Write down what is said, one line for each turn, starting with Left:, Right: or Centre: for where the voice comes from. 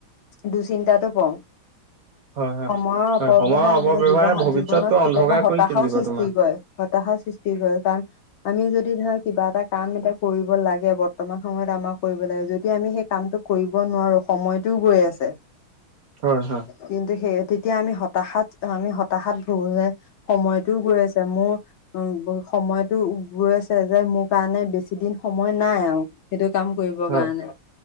Left: দুঃচিন্তাটো পও
Right: হয় হয়
Left: সময়ৰ
Right: হয়
Left: অপব্যৱহাৰে
Right: সময়ৰ অপব্যৱহাৰে
Left: আমাৰ জীৱ-জীৱনত
Right: ভৱিষ্যতটো অন্ধকাৰ
Left: কেতিয়াবা হতাশাও
Right: কৰি তুলিব
Left: সৃষ্টি
Right: তোমাৰ
Left: কৰে। হতাশা সৃষ্টি কয়ে কাৰণ আমি যদি ধৰা কিবা এটা কাম এতিয়া কৰিব লাগে বৰ্তমান সময়ত আমাক কৰিব লাগে যদি আমি সেই কামটো কৰিব নোৱাৰো সময়টোও গৈ আছে
Right: হয়, হয়।
Left: কিন্তু সেই তেতিয়া আমি হতাশাত আমি হতাশাত ভুগোনে সময়টোও গৈ আছে মোৰ উ সময়টো গৈ আছে যে মোৰ কাৰণে বেছি দিন সময় নাই আৰু। সেইটো কাম কৰিবৰ
Right: হয়
Left: কাৰণে